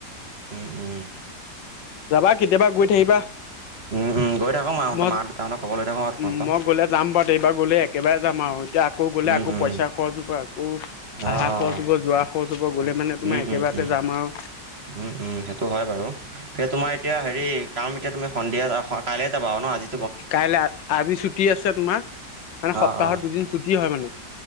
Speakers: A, on the right (about 40°); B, on the left (about 85°).
A: উম উম
B: যাবা কেতিয়াবা গৈ থাকিবা।
A: উম, উম, গৈ থাকোঁ মাহঁতৰ
B: মই-মই
A: মা দেউতাহঁতৰ খবৰ লৈ থাকোঁ আৰু তোমালোকৰ
B: গলে যাম বাৰু এইবাৰ গলে একেইবাৰে যাম আৰু এতিয়া আকৌ গ'লে
A: উম,
B: আকৌ
A: উম।
B: পইচা খৰচ হব আকৌ
A: অ',
B: আহা
A: অ',
B: খৰচ হব যোৱা খৰচ হ'ব গ'লে
A: উম
B: মানে তোমাৰ
A: উম
B: একেবাৰতে
A: উম উম
B: যাম আৰু
A: উম উম সেইটো হয় বাৰু পিছে তোমাৰ এতিয়া হেৰি কাম এতিয়া তুমি সন্ধিয়া কাইলৈ যাবা আৰু ন আজি
B: কাইলৈ আজি ছুটি আছে তোমাৰ মানে সপ্তাহত
A: অ', অ',
B: দুদিন ছুটি হয় মানে